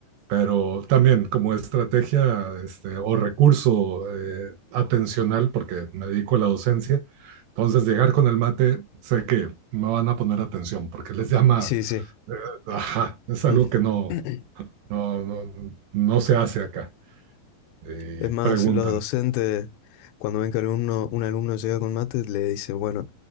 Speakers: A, on the right; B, on the left.
A: pero también como estrategia este, o recurso eh, atencional, porque me dedico a la docencia. Entonces, llegar con el mate, sé que me van a poner atención porque les llama,
B: sí, sí.
A: eh, ajá, es algo
B: <laughs>
A: que no
B: <clears throat>
A: No, no, no se hace acá. Y
B: Es más,
A: preguntan.
B: los docentes, cuando ven que alumno, un alumno llega con mate, le dicen, bueno,